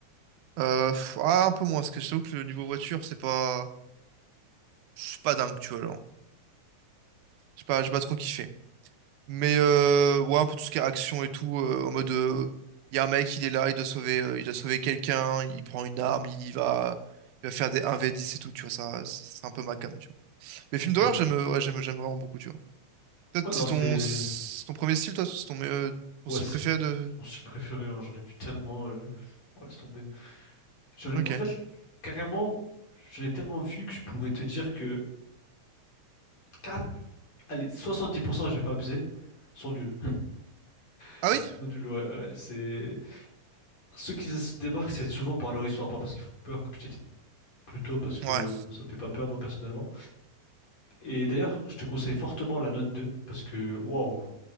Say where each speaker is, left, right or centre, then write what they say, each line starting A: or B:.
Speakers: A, on the right; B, on the left.
A: Euh, pff, ah, un peu moins, parce que je t'avoue que le niveau voiture, c'est pas, c'est pas dingue, tu vois, genre. J'ai pas, j'ai pas trop kiffé. Mais, euh, ouais, un peu tout ce qui est action et tout, euh, en mode, euh, y a un mec, il est là, il doit sauver, euh, il doit sauver quelqu'un, il prend une arme, il va, il va faire des 1v10 et tout, tu vois, ça, c'est un peu ma came, tu vois. Mais films
B: Ok.
A: d'horreur, j'aime, euh, ouais, j'aime, j'aime vraiment beaucoup, tu vois. Peut-être
B: Ouais, non,
A: c'est ton,
B: c'est.
A: c'est ton premier style, toi, c'est ton, euh, ton
B: Ouais,
A: style
B: c'est
A: préféré
B: mon
A: de,
B: mon style préféré, hein. J'en ai vu tellement. euh, Ouais, laisse tomber. J'en ai-
A: ok.
B: En fait, carrément, j'en ai tellement vu que je pourrais te dire que quatre Allez, 70%, je vais pas abuser, sont nuls. <laughs>
A: Ah oui?
B: Sont nuls, ouais. ouais, C'est... Ceux qui se démarquent, c'est souvent par leur histoire, pas parce qu'ils font peur, comme je t'ai dit plus tôt, parce que
A: Ouais.
B: bon, ça me fait pas peur, moi, personnellement. Et d'ailleurs, je te conseille fortement la note 2 parce que, waouh,